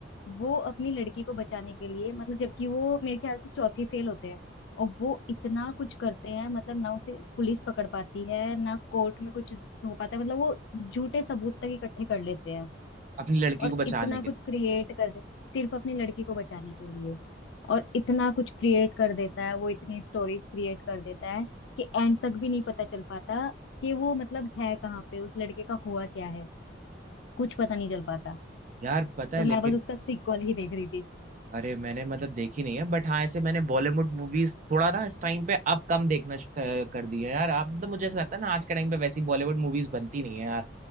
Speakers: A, on the left (about 65°); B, on the right (about 40°).
A: वो अपनी लड़की को बचाने के लिए मतलब जबकि वो मेरे ख्याल से चौथी फेल होते हैं और वो इतना कुछ करते हैं मतलब ना उसे पुलिस पकड़ पाती है ना कोर्ट में कुछ हो पाता है मतलब वो झूठे सबूत तक इकट्ठे कर लेते हैं
B: अपनी लड़की
A: और
B: को बचाने
A: इतना
B: के
A: कुछ क्रिएट कर देते सिर्फ अपनी लड़की को बचाने के लिए और इतना कुछ क्रिएट कर देता है वो इतनी स्टोरीज क्रिएट कर देता है कि एंड तक भी नहीं पता चल पाता कि वो मतलब है कहाँ पे उस लड़के का हुआ क्या है कुछ पता नहीं चल पाता
B: लिए यार पता
A: तो
B: है लेकिन
A: मैं बस उसका सीक्वल ही देख रही थी
B: अरे मैंने मतलब देखी नहीं है बट हाँ ऐसे मैंने बॉलीवुड मूवीज थोड़ा ना इस टाइम पे अब कम देखना श- क- कर दी है यार आप मतलब मुझे ऐसा लगता है ना आज के टाइम पे वैसी बॉलीवुड मूवीज बनती नहीं है यार